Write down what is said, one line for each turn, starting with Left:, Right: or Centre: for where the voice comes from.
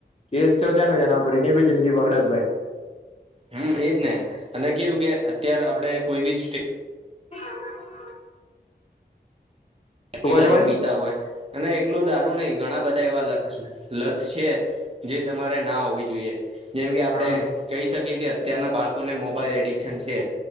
Left: કેસ તો છે ને જેના પરીને બી જિંદગી બગડેજ ભાઈ.
Right: હમ્મ એજ ને અને કેવું કે અત્યારે આપડે કોઈ બી સ્ટ
Left: હમ
Right: થી
Left: કહો
Right: લાઈન
Left: છો ભાઈ
Right: પીતા હોય અને એટલું દારૂ નહિ ઘણા બધા એવા અહ લથ છે જે તમારે ના હોવી જોઈએ જેમ કે આપડે
Left: હા
Right: કહી શકીએ કે અત્યારના બાળકોને મોબાઈલ એડિક્શન છે